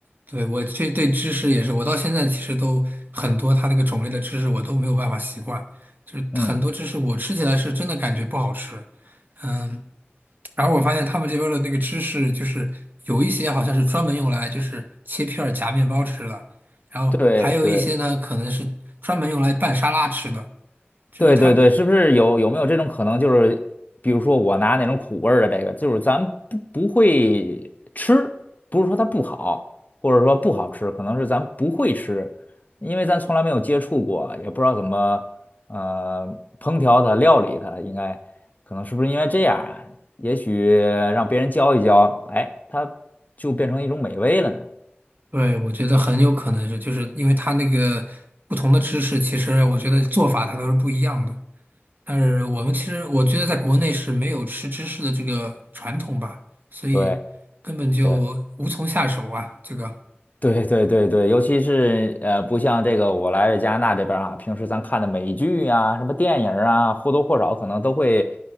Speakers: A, on the right; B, on the left.
A: 对，我这对芝士也是，我到现在其实都很多，它那个种类的芝士我都没有办法习惯，就是很多芝士我吃起来是真的感觉不好吃，
B: 嗯，
A: 嗯，然后我发现他们这边儿的那个芝士就是有一些好像是专门用来就是切片儿夹面包吃的，然后还有一些呢可能是专门用来拌沙拉吃的，
B: 对对，
A: 就是它，
B: 对对对，是不是有有没有这种可能？就是比如说我拿那种苦味儿的这个，就是咱不不会吃，不是说它不好，或者说不好吃，可能是咱不会吃，因为咱从来没有接触过，也不知道怎么呃烹调它、料理它，应该可能是不是因为这样啊？也许让别人教一教，哎，它就变成一种美味了呢。
A: 对，我觉得很有可能是，就是因为它那个不同的芝士，其实我觉得做法它都是不一样的。但是我们其实我觉得在国内是没有吃芝士的这个传统吧，所以根本就无从下手啊。
B: 对。对。
A: 这个，
B: 对对对对，尤其是呃，不像这个我来加拿大这边儿啊，平时咱看的美剧呀、什么电影儿啊，或多或少可能都会